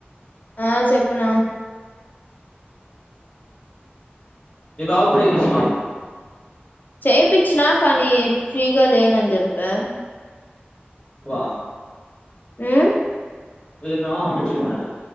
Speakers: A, on the left; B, on the left.
A: ఆ చెప్పనా
B: మీ బావకు కూడా ఎక్కించినవా
A: చెపిచ్చినా కానీ ఫ్రీగా లేనని చెప్పా
B: వా
A: ఆ
B: ఏదొ అమ చెప్ప